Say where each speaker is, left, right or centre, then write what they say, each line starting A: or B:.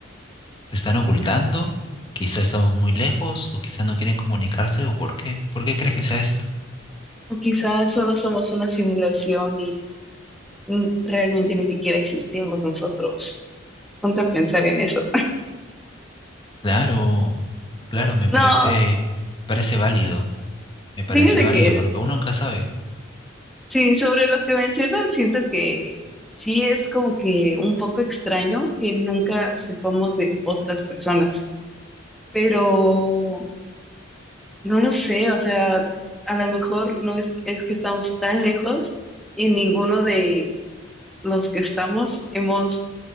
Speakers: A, on the left (about 25°); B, in the centre.
A: ¿Se están ocultando? Quizá estamos muy lejos o quizá no quieren comunicarse o por qué. ¿Por qué crees que sea esto?
B: O quizás solo somos una simulación n- realmente ni siquiera existimos nosotros. Ponte a pensar en eso.
A: Claro, claro, me
B: No,
A: parece, parece válido, me parece
B: fíjate
A: válido
B: que
A: porque uno nunca sabe.
B: sí, sobre lo que mencionas, siento que sí es como que un poco extraño que nunca sepamos de otras personas, pero no lo sé, o sea, a lo mejor no es, es que estamos tan lejos y ninguno de los que estamos hemos